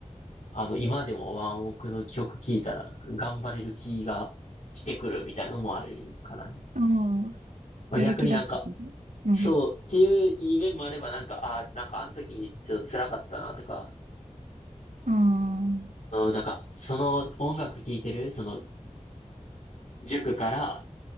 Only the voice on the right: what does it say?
ああ、
やる気出すとき。
うん。
ああ、